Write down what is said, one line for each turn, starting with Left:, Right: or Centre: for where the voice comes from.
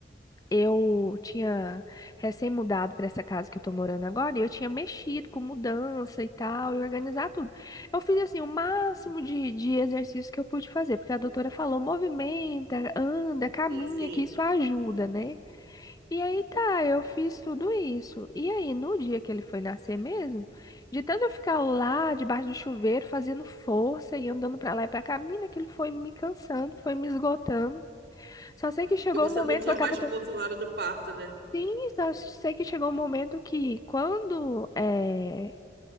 Left: Eu tinha recém-mudado para essa casa que eu tô morando agora e eu tinha mexido com mudança e tal, e organizar tudo. Eu fiz assim o máximo de, de exercício que eu pude fazer, porque a doutora falou: movimenta, anda, caminha,
Right: Sim, sim.
Left: que isso ajuda, né? E aí tá, eu fiz tudo isso. E aí, no dia que ele foi nascer mesmo, de tanto eu ficar lá debaixo do chuveiro fazendo força e andando pra lá e pra cá, menina, aquilo foi me cansando, foi me esgotando. Só sei que chegou
Right: Porque você
Left: um momento
Right: não tinha
Left: que eu
Right: mais
Left: tava
Right: força na hora do parto, né?
Left: Sim, só sei que chegou um momento que quando é,